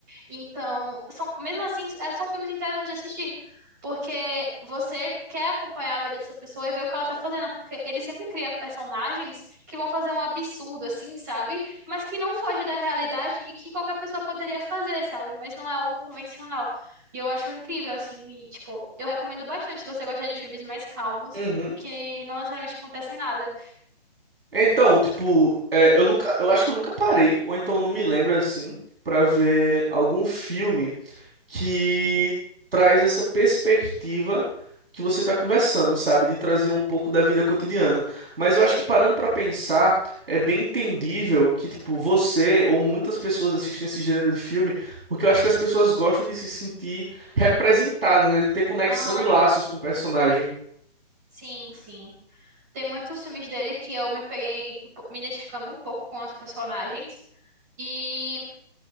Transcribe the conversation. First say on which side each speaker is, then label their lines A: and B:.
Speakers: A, on the right; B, on the right.
A: Então, são, mesmo assim, é- são filmes interessantes de assistir. Porque você quer acompanhar a vida dessa pessoa e ver o que ela tá fazendo, porque ele sempre cria personagens que vão fazer um absurdo, assim, sabe? Mas que não foge da realidade e que qualquer pessoa poderia fazer, sabe? Mas não é algo convencional. E eu acho incrível, assim, e, tipo, eu recomendo bastante se você gostar de filmes mais calmos
B: Uhum.
A: e que não necessariamente acontecem nada.
B: Então, tipo, é, eu nunca, eu acho que eu nunca parei, ou então não me lembro assim, pra ver algum filme que traz essa perspectiva que você tá conversando, sabe? De trazer um pouco da vida cotidiana. Mas eu acho que parando pra pensar, é bem entendível que, tipo, você ou muitas pessoas assistem esse gênero de filme, porque eu acho que as pessoas gostam de se sentir representadas, né? De ter conexão
A: Aham,
B: e laços com o personagem.
A: sim, sim. Tem muitos filmes dele que eu me peguei um po- me identificando um pouco com os personagens. E